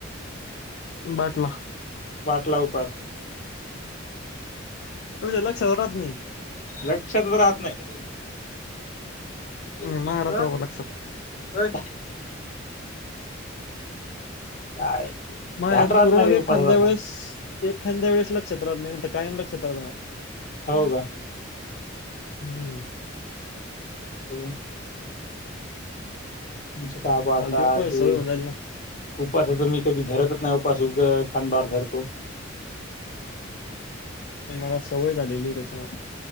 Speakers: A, on the left; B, on the left.
A: बाटला.
B: बाटला उपास.
A: तुझ्या लक्षात राहत नाही..
B: लक्षात राहत नाही. तर
A: नाही माझ्या राहतं बाबा लक्षात
B: काय... ध्यान
A: मग
B: राहत
A: तुरळक
B: नाही रे
A: एखाद्या
B: उपवासाचं
A: वेळेस
B: असं.
A: एखाद्या वेळेस लक्षात राहत नाही तर कायम लक्षात राहत
B: हो
A: ना
B: का?
A: हम्म..
B: अच्छा! ! आमचं बाबा आता
A: मला ती उपवास
B: ते
A: सवय होऊन जाईल ना
B: उपसाच मी कधी धरतच नाही उपास खांडान धरतो
A: मला सवय झालेली आहे त्याच्यामूळ